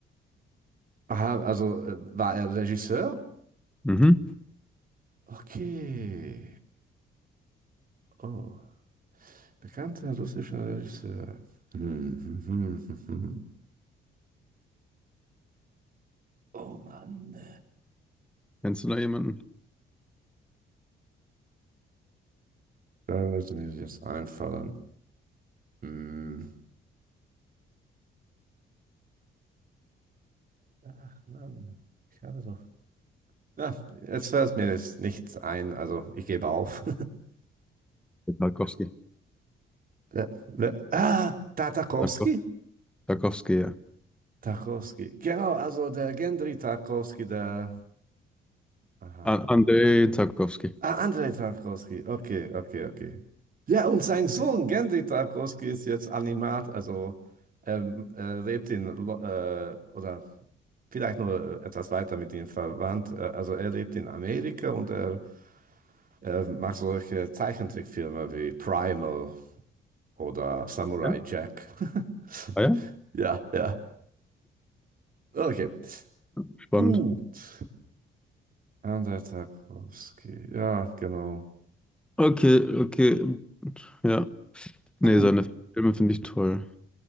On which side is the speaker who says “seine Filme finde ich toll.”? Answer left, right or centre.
Centre